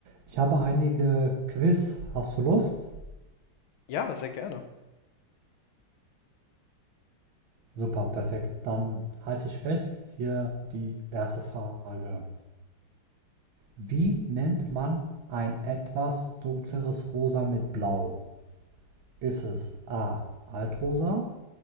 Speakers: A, on the right; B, on the left.
A: Ich habe einige Quiz. Hast du Lust?
B: Ja, sehr gerne.
A: Super, perfekt. Dann halte ich fest. Hier die erste Frage. Wie nennt man ein etwas dunkleres Rosa mit Blau? Ist es A. Altrosa,